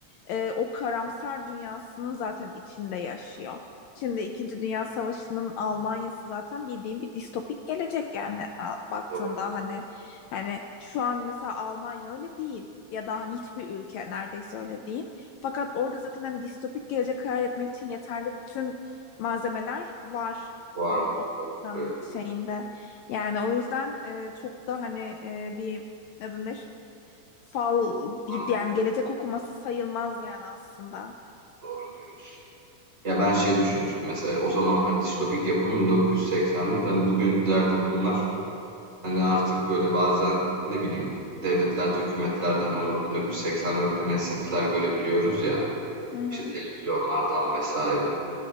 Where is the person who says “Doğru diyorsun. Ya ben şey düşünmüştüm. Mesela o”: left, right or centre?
Right